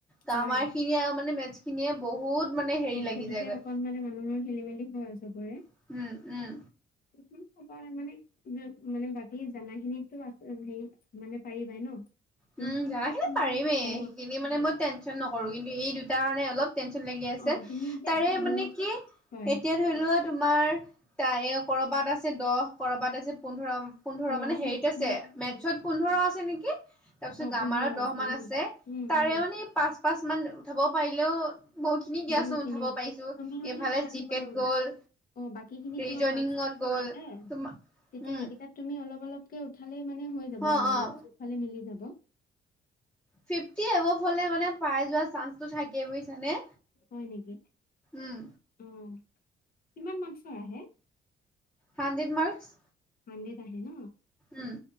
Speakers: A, in the centre; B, on the left (about 45°).
A: গামাৰ
B: হয়
A: খিনিয়ে আৰু মানে মেছ খিনিয়ে বহুত মানে হেৰি
B: অ',
A: লাগি
B: সেইটোতে
A: যায়গৈ
B: অকন মানে মানুহৰ খেলি মেলি হয় চবৰে
A: উম, উম।
B: উম পাপাই মানে উ মানে বাকী জানা খিনিতো আছে হে মানে পাৰিবাই ন যোনখিনি
A: উম জানাখিনি
B: মানে তোমাৰ
A: পাৰিমেই
B: অ
A: সেইখিনি মানে মই টেনশচন নকৰোঁ কিন্তু এই দুটাৰ কাৰণে অলপ টেনচন লাগি আছে
B: অ তুমি যে
A: তাৰে
B: হেৰি
A: মানে কি এতিয়া
B: হয়
A: ধৰি লোৱা তোমাৰ তাৰে কৰবাত আছে দহ কৰবাত আছে পোন্ধৰ পোন্ধৰ মানে
B: উম
A: হেৰিত আছে
B: উম
A: মেথছত
B: উম
A: পোন্ধৰ আছে নিকি তাৰ পিছত
B: অ
A: গামাৰত
B: পোন্ধৰ
A: দহ মান আছে
B: অ উম
A: তাৰে
B: উম
A: মানে পাঁচ পাঁচ মান উঠাব পাৰিলেও বহুত খিনি দিয়াছো
B: বহুত খিনি
A: উঠাব
B: অ
A: পাৰিছো
B: তুমি মানে
A: এইফালে
B: এটা কাম
A: জি
B: কৰিব
A: কেত গ'ল
B: অ বাকী খিনিত
A: ৰিজনিঙত
B: তোমাৰ মাৰ্কচ
A: গ'ল
B: দিলে
A: তোমা
B: তেতিয়া
A: উম
B: এইকেইটাত তুমি অলপ অলপকে উঠালেই মানে হৈ যাব
A: অ',
B: আৰু
A: অ',
B: চবফালে মিলি যাব
A: ফিৰ্ফটি এভব হ'লে মানে পাই যোৱা চান্সটো থাকে বুইছানে
B: হয় নেকি
A: উম
B: অ কিমান মাৰ্কচৰ আহে
A: হাণ্ডেত মাৰ্কস
B: হাণ্ডেত আহে ন
A: উম